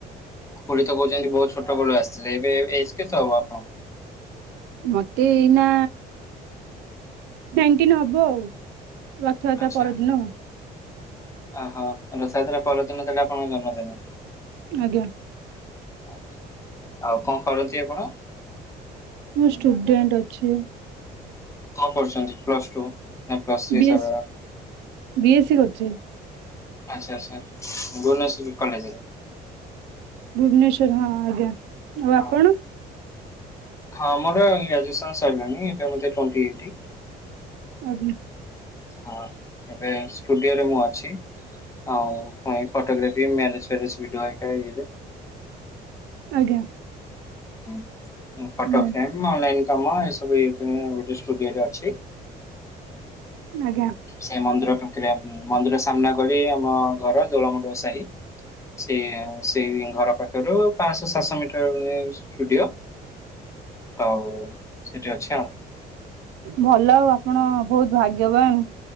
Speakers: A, on the left (about 15°); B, on the right (about 85°).
A: ପୁରି ତ କହୁଛନ୍ତି ବହୁତ ଛୋଟ ବେଳୁ ଆସିଥିଲେ ଏବେ ଏଜ କେତେ ହବ ଆପଣଙ୍କୁ।
B: ମତେ ଏଇନା ନାଇଣ୍ଟିନ ହବ ଆଉ। ରଥଯାତ୍ରା
A: ଆଚ୍ଛା
B: ପରଦିନ।
A: ଓହୋ ରଥ ଯାତ୍ରା ପରଦିନ ତାହେଲେ ଆପଣଙ୍କ ଜନ୍ମଦିନ।
B: ଆଜ୍ଞା।
A: ଆଜ୍ଞା ଆଉ କଣ କରନ୍ତି ଆପଣ।
B: ମୁଁ ଷ୍ଟୁଡେଣ୍ଟ ଅଛି।
A: କଣ କରୁଛନ୍ତି ପ୍ଲସ ଟୁ ନା plus three
B: B
A: sir
B: S B S C କରୁଛି।
A: ଆଚ୍ଛା ଆଚ୍ଛା ଭୁବନେଶ୍ୱ କଲେଜରେ।
B: ଭୁବନେଶ୍ଵର ହଁ ଆଜ୍ଞା ଆଉ
A: ହଁ।
B: ଆପଣ?
A: ହଁ ଆମର ଗ୍ରାଜୁଏସନ ସରିଲାଣି ଏବେ ମେତେ ଟୋଣ୍ଟିଏଇଟ।
B: ଆଜ୍ଞା।
A: ହଁ ଏବେ ଷ୍ଟୁଡିଓ ରେ ମୁଁ ଅଛି। ଆଉ ଫଟୋଗ୍ରାଫି ମ୍ୟାରେଜ ଫ ଭିଡିଓ ହେକା ଇରେ।
B: ଆଜ୍ଞା।
A: ହଁ ଫଟୋ
B: ହଁ
A: ଫେମ। କାମ ଏ ସବୁ ଇଏ ଗୋଟେ ସ୍ଟୁଡ଼ିଓ ରେ ଅଛି।
B: ଆଜ୍ଞା
A: ସେ ମନ୍ଦିର ପାଖରେ ମନ୍ଦିର ସାମ୍ନା କଲେ ଆମ ଘର ଦୋଳମଣ୍ଡପ ସାହି। ସେ ସେଇ ଘର ପାଖ ପାଞ୍ଚଶହ ସାତଶହ ମିଟର ମାନେ ସ୍ଟୁଡିଓ ଆଉ। ସେଠି ଅଛି ଆଉ।
B: ଭଲ ବା ଆପଣ ବହୁତ ଭାଗ୍ୟବାନ